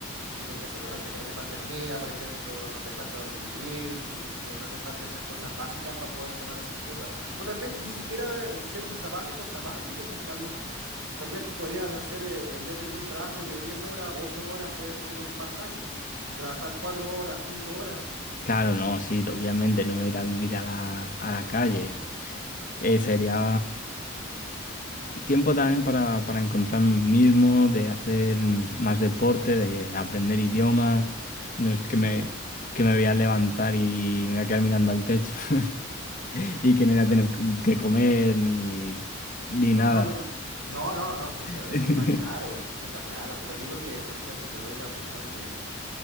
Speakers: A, on the right; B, on the left.
A: Tienes que asegurarte que no te falte comida, por ejemplo, no te falte dónde vivir, eh, que no te falten esas cosas básicas para poder tomar esas cosas. O tal vez ni siquiera eh, ser un sabático sabático, buscarlo. Tal vez te podrías hacer, eh, en vez de tener un trabajo de 10 horas, 8 horas, puedes tener un part-time y trabajar 4 horas, cinco horas.
B: Claro, no, sí, obviamente no me iré a vivir a la, a la calle. Eh, sería tiempo también para, para encontrarme mismo, de hacer más deporte, de, de aprender idiomas. No es
A: Mm,
B: que me, que me voy a levantar y me voy a quedar mirando al techo <laughs> y que no voy
A: ah,
B: a tener que comer ni,
A: mm.
B: ni nada.
A: No, no, no. No, no, no, sí, eso,
B: <laughs>
A: eso está claro, eso está claro. Lo digo que, por ejemplo, te doy la opinión de,